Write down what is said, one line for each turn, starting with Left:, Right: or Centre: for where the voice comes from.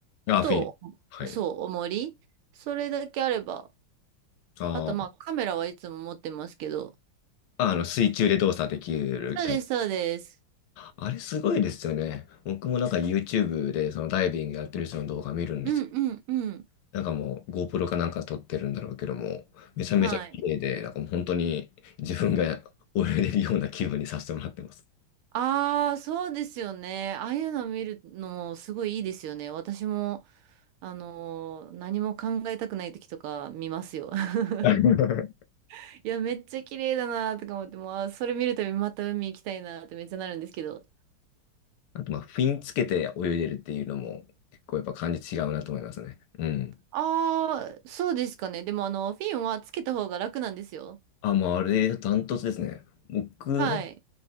Left: ああ、
Right: と、
Left: フィン。はい。
Right: そう、重り。それだけあれば。
Left: あ
Right: あと、まあ、カメラはいつも持ってますけど。
Left: あ、あの、水中で動作できる。
Right: そうです、そうです。
Left: あれすごいですよね。僕もなんか YouTube でそのダイビングやってる人の動画見るんですけ
Right: うんうんうん。
Left: ど、なんかもう GoPro かなんか撮ってるんだろうけども、めちゃめちゃ綺麗で、
Right: はい。
Left: なんかもう本当に自分が泳いでるような気分にさせてもらってます。
Right: ああ、そうですよね。ああいうの見るのもすごいいいですよね。私も、あのー何も考えたくない時とか見ますよ。<laughs>
Left: はい <laughs>
Right: いや、めっちゃ綺麗だなとか思って、もう、あー、それ見るたびまた海行きたいなってめっちゃなるんですけど。
Left: あとまあ、フィンつけて泳いでるっていうのも結構やっぱ感じ違うなと思いますね。うん。
Right: ああ、そうですかね。でも、あの、フィンはつけた方が楽なんですよ。
Left: あ、もうあれ、ダントツですね。僕、
Right: はい。
Left: なんか、